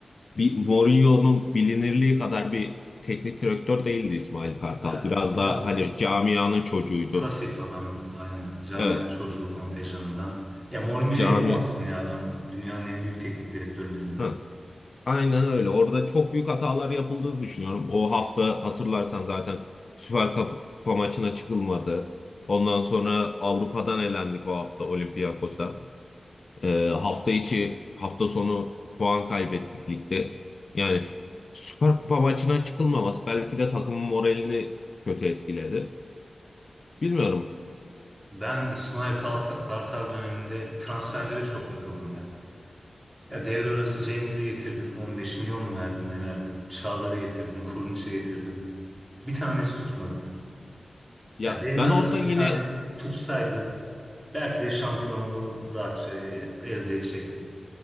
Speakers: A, on the left (about 55°); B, in the centre.
A: bir Mourinho'nun bilinirliği kadar bir teknik direktör değildi İsmail Kartal.
B: Ya
A: Biraz
B: biraz
A: daha hani camianın çocuğuydu.
B: pasif adam aynen. Camia
A: Evet,
B: çocuğu kontenjanından. Ya Mourinho'ya
A: cami.
B: yapamazsın ya adam dünyanın en büyük teknik direktörlerinden.
A: Hı, aynen öyle. Orada çok büyük hatalar yapıldığını düşünüyorum. O hafta hatırlarsan zaten Süper Kupa, Kupa maçına çıkılmadı. Ondan sonra Avrupa'dan elendik o hafta Olympiakos'a. Ee, hafta içi, hafta sonu puan kaybettik ligde. Yani Süper Kupa maçına çıkılmaması belki de takımın moralini kötü etkiledi. Bilmiyorum.
B: Ben İsmail Kalta- Kartal döneminde transferlere çok takıldım ya. Ya devre arası Cengiz'i getirdin. 15 milyon mu verdin ne verdin? Çağlar'ı getirdin. Kurniç'i getirdin. Bir tanesi tutmadı.
A: Ya
B: Ya devre
A: ben
B: arası
A: orada yine
B: bir tanesi tutsaydı belki de şampiyonluğu rahatça e, elde edecektin.